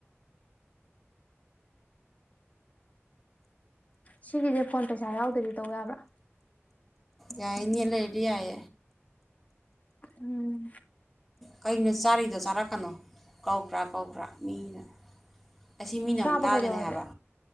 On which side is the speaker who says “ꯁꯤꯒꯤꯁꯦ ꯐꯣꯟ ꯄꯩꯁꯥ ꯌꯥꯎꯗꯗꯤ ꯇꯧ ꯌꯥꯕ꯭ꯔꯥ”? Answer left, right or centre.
Left